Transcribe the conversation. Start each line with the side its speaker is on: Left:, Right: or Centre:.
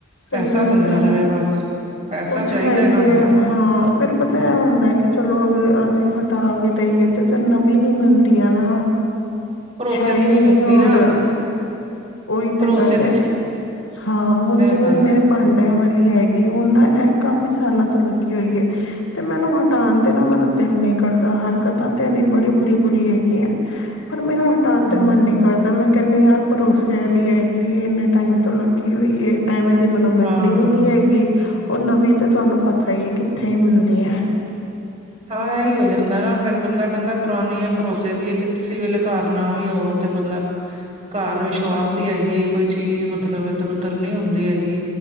Left: ਸਹੀ
Right: ਪੈਸਾ
Left: ਗੱਲ
Right: ਮਿਲਦਾ
Left: ਹੈ।
Right: ਰਵੇ ਬਸ ਪੈਸਾ
Left: ਕੁਛ
Right: ਚਾਹੀਦਾ
Left: ਹੈਗੇ
Right: ਇਹਨਾਂ ਨੂੰ
Left: ਆ। ਹਾਂ ਫੇਰ ਪਤਾ ਇਹ ਹੁੰਦਾ ਹੈ ਕਿ ਚਲੋ ਅਗਰ ਅਸੀਂ ਹਟਾ ਵੀ ਦੇਈਏ ਤੇ ਫਿਰ ਨਵੀਂ ਨੀ ਮਿਲਦੀ। ਮਿਲਦੀਆਂ ਨਾ,
Right: ਭਰੋਸੇ
Left: ਹੈ
Right: ਦੀ
Left: ਹੀ ਨੀ
Right: ਮਿਲਦੀ
Left: ਹੋਰ
Right: ਨਾ
Left: ਉਹੀ
Right: ਭਰੋਸੇ
Left: ਤੇ ਪਹਿਲੇ, ਹਾਂ ਹੁਣ ਜੀ
Right: ਤਲ ਏ
Left: ਭਾਂਡਿਆਂ ਵਾਲੀ ਹੈਗੀ, ਹੁਣ ਨਾ ਇਹ ਕਾਫੀ ਸਾਲਾਂ ਤੋਂ ਲੱਗੀ ਹੋਈ ਹੈ। ਤੇ ਮੈਨੂੰ ਹਟਾਉਣ ਤੇ ਨਾ ਮੈਨੂੰ ਦਿਲ ਨੀ ਕਰਦਾ, ਹਰਕਤਾਂ ਤੇ ਇਹਦੀ ਬੜੀ ਬੁਰੀ ਬੁਰੀ ਹੈਗੀ ਹੈ। ਪਰ ਮੇਰਾ ਹਟਾਉਣ ਤੇ
Right: ਹੂੰ
Left: ਮਨ ਨੀ ਕਰਦਾ, ਮੈਂ ਕਹਿੰਨੀ ਯਾਰ ਭਰੋਸ-' ਭਰੋਸੇ ਵਾਲੀ ਹੈਗੀ, ਇੰਨੇ ਟਾਈਮ ਤੋਂ ਲੱਗੀ ਹੋਈ, ਐਵੇਂ ਦੀ ਮੈਨੂੰ ਮਿਲਣੀ
Right: ਹਾਂ।
Left: ਵੀ ਨੀ ਹੈਗੀ। ਉਹ ਨਵੀਂ ਤੇ ਤੁਹਾਨੂੰ ਪਤਾ ਹੀ ਹੈ, ਕਿੱਥੇ ਹੀ ਮਿਲਦੀ ਹੈ।
Right: ਹਾਂ ਇਹੀ ਹੋ ਜਾਂਦਾ ਨਾ ਫਿਰ ਬੰਦਾ ਕਹਿੰਦਾ ਪੁਰਾਣੀ ਹੈ ਭਰੋਸੇ ਦੀ ਹੈ, ਕਿਸੇ ਵੇਲੇ ਘਰ ਨਾ ਵੀ ਹੋ। ਤੇ ਬੰਦਾ ਘਰ ਵਿਸ਼ਵਾਸ ਦੀ ਹੈਗੀ ਹੈ ਕੋਈ ਚੀਜ਼ ਮਤਲਬ ਇੱਧਰ- ਉਧਰ ਨਹੀ ਹੁੰਦੀ ਹੈਗੀ।